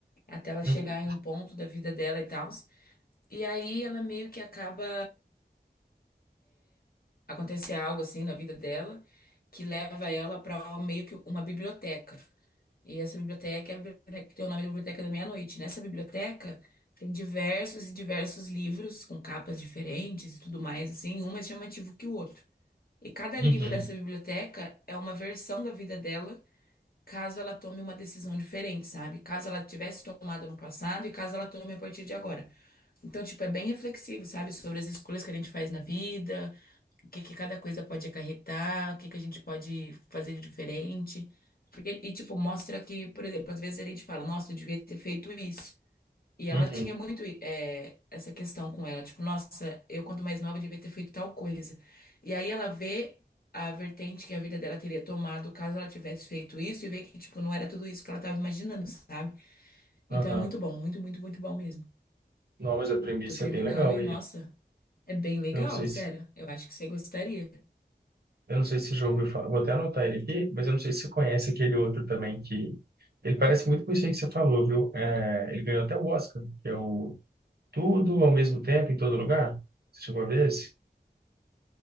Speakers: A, on the left; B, on the right.
A: Até ela
B: Uhum.
A: chegar em um ponto da vida dela e tal. E aí ela meio que acaba acontecer algo assim na vida dela que leva ela para meio que uma biblioteca. E essa biblioteca é a biblioteca que tem o nome da Biblioteca da Meia-Noite. Nessa biblioteca tem diversos e diversos livros com capas diferentes e tudo mais, assim, um mais chamativo que o outro. E cada
B: Uhum.
A: livro dessa biblioteca é uma versão da vida dela, caso ela tome uma decisão diferente, sabe? Caso ela tivesse tomado no passado e caso ela tome a partir de agora. Então, tipo, é bem reflexivo, sabe? Sobre as escolhas que a gente faz na vida, o que que cada coisa pode acarretar, o que que a gente pode fazer de diferente. Porque, e, tipo, mostra que, por exemplo, às vezes a gente fala, nossa, eu devia ter feito isso. E
B: Uhum.
A: ela tinha muito, é, essa questão com ela, tipo, nossa, eu quando mais nova devia ter feito tal coisa. E aí ela vê a vertente que a vida dela teria tomado caso ela tivesse feito isso e vê que, tipo, não era tudo isso que ela tava imaginando, sabe? Então
B: Aham.
A: é muito bom, muito, muito, muito bom mesmo.
B: Não, mas a premissa
A: Tô terminando
B: é bem legal.
A: e, nossa. É bem legal,
B: Eu não sei
A: sério.
B: se,
A: Eu acho que você gostaria.
B: eu não sei se já ouviu falar. Vou até anotar ele aqui, mas eu não sei se você conhece aquele outro também que ele parece muito com isso aí que você falou, viu? É, ele ganhou até o Oscar, que é o Tudo ao mesmo tempo em todo lugar. Você chegou a ver esse?